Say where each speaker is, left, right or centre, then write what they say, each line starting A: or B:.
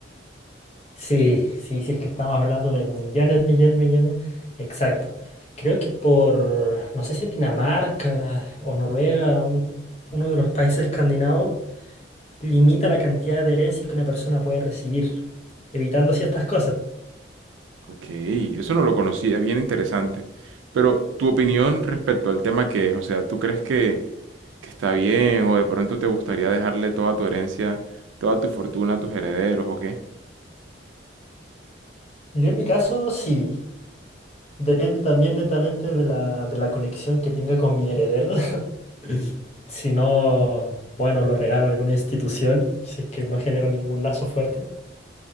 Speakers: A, on the left; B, on the right.
A: Sí, sí, sí, es que estamos hablando de millones, millones, millones. Exacto. Creo que por, no sé si Dinamarca o Noruega, un- uno de los países escandinavos, limita la cantidad de herencia que una persona puede recibir, evitando ciertas cosas.
B: Ok, eso no lo conocía, es bien interesante. Pero tu opinión respecto al tema que es, o sea, ¿tú crees que, que está bien o de pronto te gustaría dejarle toda tu herencia, toda tu fortuna a tus herederos o qué?
A: Yo en mi caso, sí. Depende también netamente de la, de la conexión que tenga con mi heredero. <laughs> Si no, bueno, lo regalo a alguna institución, si es que no genero ningún lazo fuerte.